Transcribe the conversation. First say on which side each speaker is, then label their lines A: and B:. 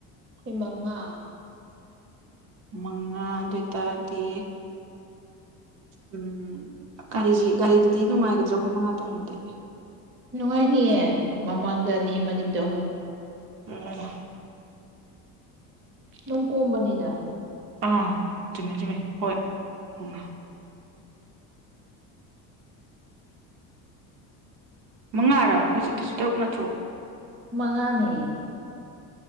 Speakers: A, on the right; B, on the right.
A: ꯑꯩꯈꯣꯏ ꯃꯉꯥ
B: ꯃꯉꯥ ꯑꯗꯨ ꯑꯣꯏꯇꯥꯔꯗꯤ ꯎꯝ ꯒꯥꯔꯤꯁꯤ ꯒꯥꯔꯤꯗꯨꯗꯤ ꯅꯨꯡꯉꯥꯏꯒꯗ꯭ꯔꯣ ꯑꯩꯈꯣꯏ ꯃꯉꯥ ꯇꯣꯡꯕꯗꯤ
A: ꯅꯨꯡꯉꯥꯏꯅꯤꯌꯦ ꯃꯃꯥꯡꯗ ꯑꯅꯤ ꯃꯅꯤꯡꯗ ꯑꯍꯨꯝ
B: ꯑ
A: ꯅꯪ ꯀꯣꯝꯕꯅꯤꯗ
B: ꯑꯥ ꯆꯨꯝꯃꯦ ꯆꯨꯝꯃꯦ ꯍꯣꯏ ꯎꯝ ꯃꯉꯥꯔ ꯑꯩꯈꯣꯏ ꯆꯦ ꯇꯨꯁ ꯇꯔꯨꯛ ꯅꯠꯇ꯭ꯔꯣ
A: ꯃꯉꯥꯅꯦ